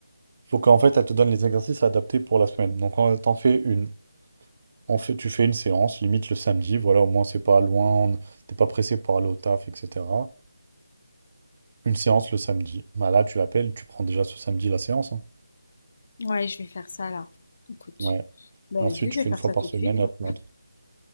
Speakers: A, on the right; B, on the left.
A: Il faut qu'en fait, elle te donne les exercices adaptés pour la semaine. Donc, on t'en fais une. En fait, tu fais une séance, limite le samedi, voilà, au moins c'est pas loin, on- t'es pas pressé pour aller au taf, etc. Une séance le samedi. Bah là, tu l'appelles, tu prends déjà ce samedi la séance. hein.
B: Ouais, je vais faire ça là. Écoute.
A: Ouais.
B: Bah,
A: Ensuite,
B: zut, je
A: tu
B: vais
A: fais
B: faire
A: une fois
B: ça
A: par
B: tout
A: semaine
B: de suite,
A: la
B: hein.
A: plante.